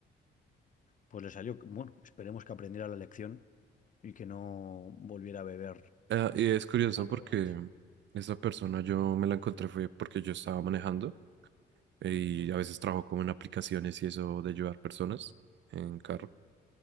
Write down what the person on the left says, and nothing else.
Pues le salió, bueno, esperemos que aprendiera la lección y que no volviera a beber
al
volante.